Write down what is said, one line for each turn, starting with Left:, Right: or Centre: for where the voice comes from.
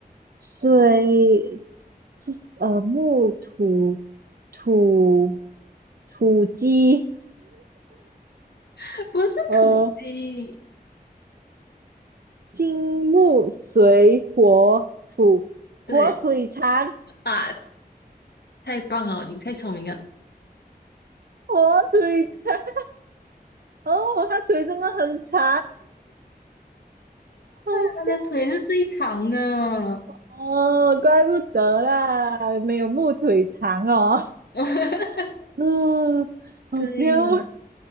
Right: 水是呃木土土土鸡，
Left: <laughs> 不是土鸡，
Right: 呃金木水火土，火腿肠，
Left: 对。啊。太棒了，你太聪明了。呀，
Right: 火腿肠。哦，他腿真的很长，好笑
Left: 它的腿是最长的。
Right: 哦！哦，怪不得啦，没有木腿长哦。
Left: <laughs>
Right: <laughs> 嗯，好笑
Left: 对